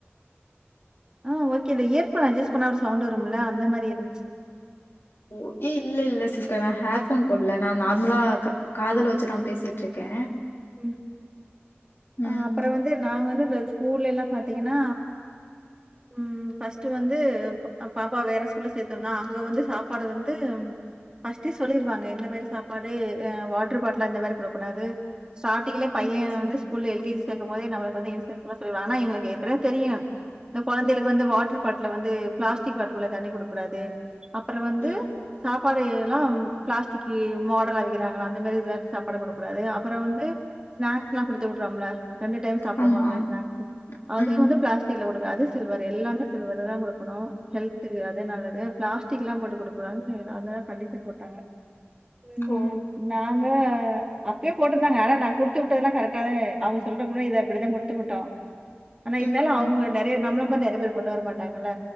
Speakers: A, on the right; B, on the left.
A: ஆ ஓகேதா இயர்ஃபோன் அட்ஜஸ் பண்ணா ஒரு சவுண்ட் வருமுல்ல அந்த மாரி இருந்ச்சி
B: ஓ ஏ இல்ல இல்ல சிஸ்டர் நா ஹேர்ஃபோன் போடல நா நார்மலா க காதுல வச்சிதா பேசிட்ருக்கே
A: புண்
B: ம்
A: அ அப்பறோ வந்து நா வந்து இந்த ஸ்கூல்லைலா பாத்தீங்கனா உம் ஃபஸ்ட்டு வந்து பாப்பா வேற ஸ்கூல்ல சேத்தோன்னா அங்க வந்து சாப்பாடு வந்து ஃபஸ்டே சொல்லிருவாங்க எந்த மாரி சாப்பாடு அ வாட்ரு பாட்ல அந்த மாரி போடக் கூடாது ஸ்டாட்டிங்குலே பையே
B: ம்
A: வந்து ஸ்கூல்ல எல் கே ஜி சேக்கும்போதே நம்மளுக்கு வந்து இன்ஸ்ட்ரெக் ல சொல்லிருவாங்கனா எங்களுக்கு ஏற்கறவே தெரியு இந்த கொழந்தையளுக்கு வந்து வாட்டர் பாட்ல வந்து பிளாஸ்டிக் வாட்ரு பால தண்ணி குடுக்க கூடாது அப்பறோ வந்து
B: ம்.
A: சாப்பாடு எலாம் பிளாஸ்டிக்கு மாடலா வைக்கிறாங்களா அந்த மாரி இதுல்லர்ந் சாப்பாடு குடுக்க கூடாது அப்பறோ வந்து ஸ்நாக்ஸ்லா குடுத்து விட்றோம்ல ரெண்டு டைம் சாப்புடுவாங்கள
B: ஆமா.
A: ஸ்நாக்ஸு அது
B: ம்.
A: வந்து பிளாஸ் டில குடுங்க அது சில்வரு எல்லாமே சில்வருதா குடுக்கனூ ஹெல்த்துக்கு அதே நல்லது பிளாஸ் டிக்லா போட்டு குடுக் கூடாதுனு அதலா கண்டிஷன் போட்டாங்க உம்
B: ஓ!
A: நாங்க அப்பயு போட்ருந்தாங்க ஆனா நா குடுத்து உட்டதுலா கரெக்ட் கலே அவங்க சொல்றதுக் முன்னாடி இத அப்பிடிதா குடுத்து விட்டோ ஆனா
B: ம்,
A: இருந்தாலு
B: ம்.
A: அவங்க நெறைய நம்ள மாரி நெறைய பேரு கொண்டு வர மாட்டாங்கல்ல